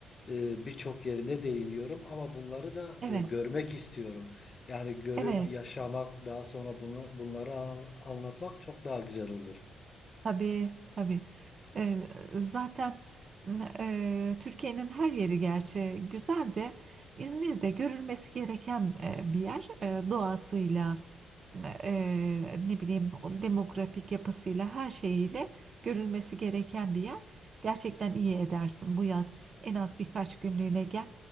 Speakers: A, on the left; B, on the right.
A: e, birçok yerine değiniyorum ama bunları da
B: Evet.
A: e, görmek istiyorum. Yani görüp
B: Evet.
A: yaşamak, daha sonra bunu bunları an- anlatmak çok daha güzel olur.
B: Tabii tabii. Ee, zaten e, Türkiye'nin her yeri gerçi güzel de İzmir'de görülmesi gereken e, bir yer E, doğasıyla e, ne bileyim o demografik yapısıyla her şeyiyle görülmesi gereken bir yer. Gerçekten iyi edersin bu yaz en az birkaç günlüğüne gel.